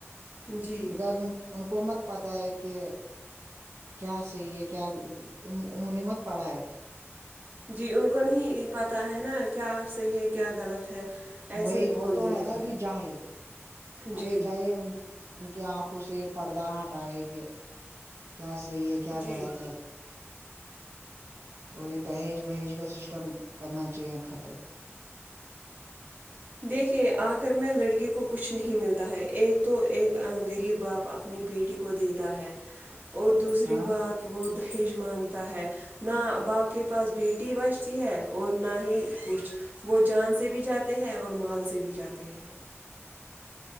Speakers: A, on the right (about 40°); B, on the right (about 70°).
A: جی
B: بکاز ان کو مت پت ہے کہ کیا صحیح ہے کیا انہوں نے مت پڑھا ہے
A: جی ان کو نہیں پتہ ہے نا کیا صحیح ہے کیا غلط ہے ایسے
B: وہی
A: ہی
B: وہ
A: بول
B: تو
A: دیتے
B: ہے نا
A: ہیں
B: ابھی جاہل ہمیں
A: جی
B: چاہے ان ان کی آنکھوں سے یہ پردہ ہٹائے کہ کیا صحیح ہے کیا
A: جی
B: غلط ہے اور یہ دہیج وہیج کا سسٹم کرنا چاہیے ختم
A: دیکھیے آخر میں لڑکی کو کچھ نہیں ملتا ہے ایک تو ایک غریب باپ اپنی بیٹی کو دیتا ہے اور دوسری
B: ہاں
A: بات وہ دہیج مانگتا ہے نہ باپ کے پاس بیٹی بجتی ہے اور نہ ہی کچھ وہ جان سے بھی جاتے ہیں اور اور مال سے بھی جاتے ہیں